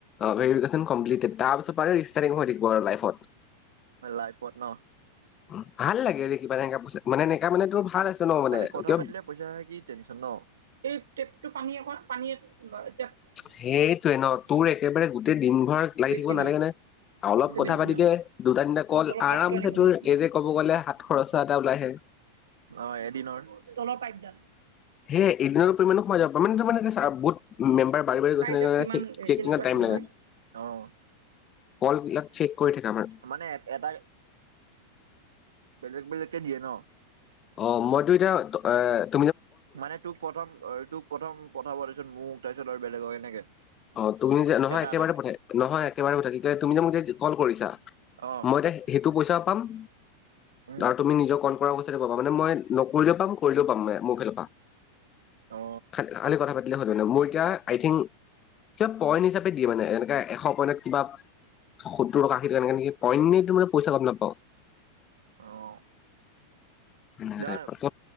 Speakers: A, on the left; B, on the right.
A: ভেৰিফিকেচন কমপ্লিটেট তাৰ পি চ পাৰে ষ্টাৰ্টিং হৈ থাকিব আৰু লাইফত।
B: লাইফত ন?
A: উম, ভাল লাগে ৰে কিবা এনেকা পইছা মানে এনেকা মানে তোৰ ভাল আছে। ন মানে
B: খালি কথা
A: কিয়
B: পাতিলে পইচা কি টেনচন ন। এই টে টো পানী অকন পানী লৈ
A: সেইটোৱে ন তোৰ একেবাৰে গোটেই দিন ভৰ লাগি
B: বেচিন।
A: থাকিব নালাগে নহয়, অলপ কথা
B: বেচিন
A: পাতিলে দুটা তিনটা কল
B: তলৰ টেপটো
A: আৰামছে
B: আনিব লাগিছিলে।
A: তোৰ এই যে ক'ব গলে হাত খৰচা এটা ওলাই আহে।
B: অ', এদিনৰ তলৰ পাইপডাল।
A: সেয়ে এদিনৰো পৰিমাণে সোমাই যাব পাৰে তাৰামানে বহুত মেম্বাৰ বাঢ়ি বাঢ়ি গৈছে
B: চাইজত
A: নে
B: কিমান
A: চেক চেকত
B: কেনেকুৱা
A: টাইম
B: কি
A: লাগে
B: হয়। অ'
A: কল বিলাক চেক কৰি থাকে আমাৰ।
B: মানে এটা বেলেগ, বেলেগকে দিয়ে ন।
A: অ মইতো, এতিয়া এ
B: মানে তোক প্ৰথম, তোক প্ৰথম পঠাব তাৰপিছত মোক তাৰ পিছত আৰু বেলেগ হয় এনেকে।
A: অ তুমি যে নহয়
B: এটা
A: একেবাৰে
B: এটাকে
A: পঠা নহয় একেবাৰে পঠায় কি তুমি যে মোক যে কল কৰিছা
B: অ
A: মই এতিয়া সেইটো পইচা পাম। উম।
B: উম
A: <inaudible> আৰু তুমি নিজৰ কল ৰ পইছা পাবা। মানে মই নকৰিলেও পাম কৰিলেও পাম মানে মোৰ ফালৰ পৰা।
B: অ
A: খাল আলি কথা পাতি মোৰ এতিয়া, আই থিংক কিবা পইণ্ট হিচাপে দিয়ে মানে। এনেকে, এশ পইণ্টত কিবা সত্তৰ টকা, আশী টকা এনেকে নেকি পইণ্ট নে কিবা পইচা গম নাপাওঁ।
B: অহ'।
A: সেনেকা
B: নাই
A: টাইপৰ ত